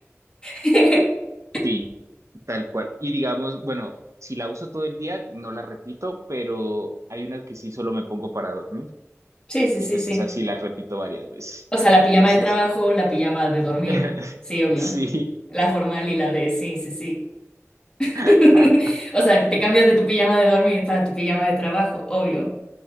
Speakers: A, on the left (about 15°); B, on the right (about 70°).
A: <laughs>
B: Sí, tal cual. Y digamos, bueno, si la uso todo el día, no la repito, pero hay una que sí solo me pongo para dormir,
A: Sí, sí,
B: y
A: sí,
B: pues
A: sí.
B: esa sí la repito varias veces.
A: O sea, la pijama
B: Entonces,
A: de trabajo, la pijama de dormir,
B: <laughs>
A: sí, obvio.
B: sí.
A: La formal y la de, sí, sí, sí. <laughs>
B: <laughs>
A: O sea, te cambias de tu pijama de dormir para tu pijama de trabajo, obvio.